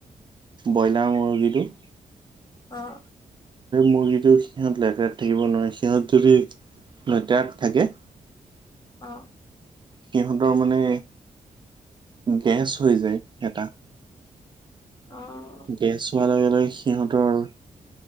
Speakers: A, on the right; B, on the left.
A: ব্ৰইলাৰ মুৰ্গীটো
B: অ'।
A: মুৰ্গীটো সিহঁত লেতেৰাত থাকিব নোৱাৰে, সিহঁত যদি লেতেৰাত থাকে
B: অ'।
A: সিহঁতৰ মানে গেছ হৈ যায় এটা।
B: অ'
A: গেছ হোৱাৰ লগে, লগে সিহঁতৰ